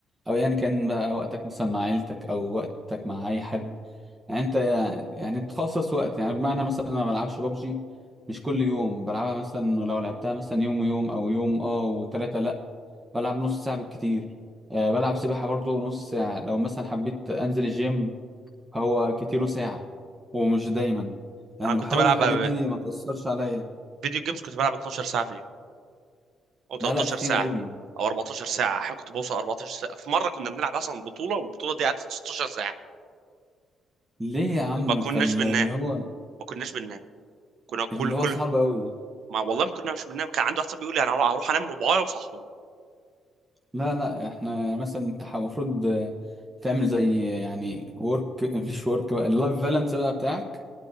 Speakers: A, on the right (about 15°); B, on the right (about 70°).
A: او ايا يعني كان بقى وقتك مثلا مع عيلتك او وقتك مع اي حد يعني انت يعني تخصص وقت يعني بمعنى مثلا أنا ما بلعبش بابجي مش كل يوم بلعبها مثلا لو لعبتها مثلا يوم ويوم او يوم اه وثلاثة لا بلعب نص ساعة بالكتير أه بلعب سباحة برضو نص ساعة لو مثلا حبيت انزل الجيم هو كتيره ساعة ومش دايما يعني
B: انا كنت
A: بحاول
B: بلعب
A: الحاجات
B: على
A: دي ما تأثرش عليا
B: فيديو جيمز كنت بلعب 12 ساعه في اليوم او
A: لا
B: 13
A: لا كتير
B: ساعه
A: قوي
B: او 14 ساعه احيانا كنت بوصل 14 ساعه في مره كنا بنلعب اصلا بطوله والبطوله دي قعدت 16 ساعه
A: ليه يا عم
B: ما كناش
A: فاللي
B: بننام
A: هو
B: ما كناش بننام كنا كل
A: اللي هو
B: كل
A: صعب قوي
B: ما والله ما كناش بننام كان عنده واحد صاحبي بيقول لي انا هروح انام ربعايه وصحوني
A: لا لا احنا مثلا انت ح- المفروض تعمل زي يعني ورك <laughs> مش ورك بقى اللايف بالانس بقى بتاعك